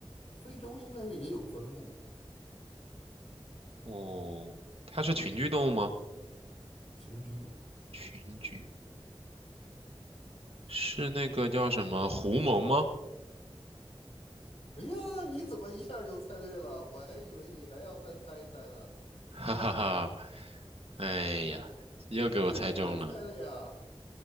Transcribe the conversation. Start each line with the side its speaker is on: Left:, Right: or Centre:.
Left: 非洲应该也有分布
Right: 哦，它是群居动物吗？
Left: 群居。
Right: 群居是那个叫什么狐獴吗？
Left: 嗯，哎呀，你怎么一下就猜对了？我还以为你还要再猜一猜呢，
Right: 哈哈哈，哎呀，又给我猜中了。
Left: 这个很难猜的呀。